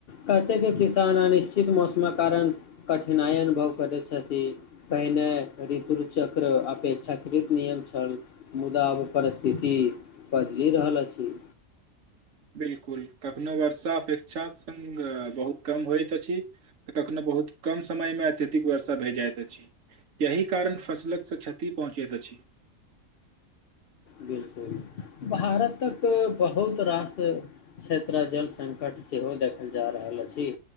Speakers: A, on the left; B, on the right.
A: कतेके किसान अनिश्चित मौसमक कारण कठिनाइ अनुभव करैत छथिन पहिने ऋतु चक्र अपेक्षाकृत नियम छल मुदाब परस्थित की बदली रहल अछि
B: <inaudible> बिल्कुल कखनो वर्षा अपेक्षा संग बहुत कम होइत अछि कखनो बहुत कम समय मे अत्यधिक वर्षा भए जाइत अछि यही कारण फसलकसँ क्षति पहुँचैत अछि
A: बिलकुल भारतक बहुत रास क्षेत्र जल संकट सेहो देखल जा रहल अछि